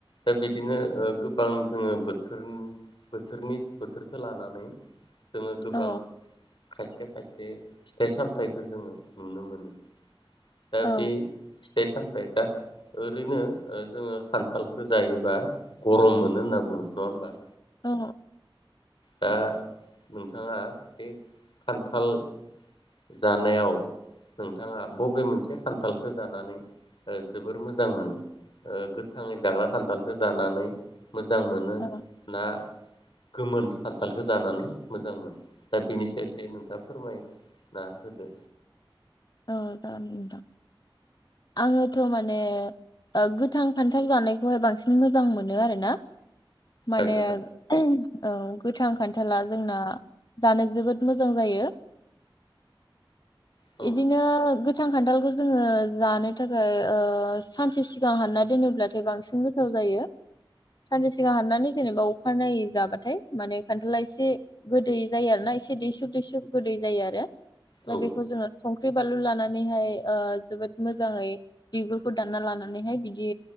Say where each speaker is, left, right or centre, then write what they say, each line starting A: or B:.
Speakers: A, on the left; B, on the left.
A: दा बिदिनो ओ गोबां जोङो बोथोर बोथोरनि बोथोरखौ लानानै जोङो गोबां।
B: औ
A: खायसे खायसे फिथाइ सामथाइखौ जोङो नुनो मोनो। दा
B: औ
A: बे फिथाइ सामथाइ दा ओरैनो ओ जोङो खान्थाल जायोबा गरम मोनो होनना बुङो नङा होमबा।
B: औ
A: दा नोंथाङा बे खान्थाल। जानायाव नोंथाङा बबे मोनसे खान्थालखौ जानानै ओ जोबोर मोजां मोनो ओ गोथाङै जाग्रा खान्थालखौ जानानै मोजां मोनो
B: औ
A: ना। गोमोन खान्थालखौ जानानै मोजां मोनो दा बेनि सायावसो नोंथाङा फोरमाय। ना होदो।
B: औ जागोन नोंथां आङोथ माने ओ गोथां खान्थाल जानायखौहाय बांसिन मोजां मोनो आरोना। माने
A: आदसा
B: <unintelligible> गोथां खान्थाला जोंना जानो जोबोद मोजां जायो।
A: औ
B: इदिनो गोथां खान्थालखौ जोङो जानो थाखाय ओ सानसे सिगां हानना दोनोब्लाथाय बांसिन गोथाव जायो सानसे सिगां हाननानै जेनेबा अखानायनायै जाबाथाय माने खान्थाला एसे गोदै जायो आरोना एसे दैसुब दैसुब गोदै जायो आरो। ओमफ्राय
A: औ
B: बेखौ जोङो संख्रि बानलु लानानैहाय ओ जोबोद मोजाङै बिगुरखौ दानना लानानैहाय बिदि